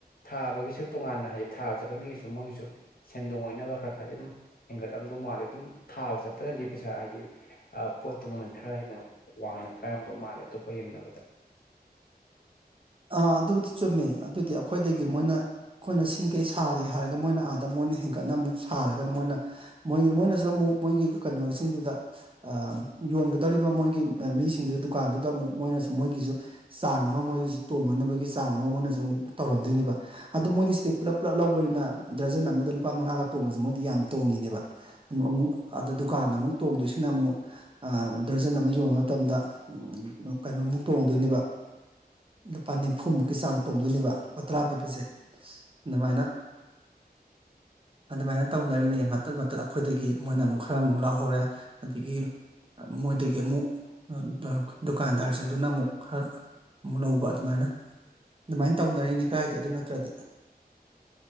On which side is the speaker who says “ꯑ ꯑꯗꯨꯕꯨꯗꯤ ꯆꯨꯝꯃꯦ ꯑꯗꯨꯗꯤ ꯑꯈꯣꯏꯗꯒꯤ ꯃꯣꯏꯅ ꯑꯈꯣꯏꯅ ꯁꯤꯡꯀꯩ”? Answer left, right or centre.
Right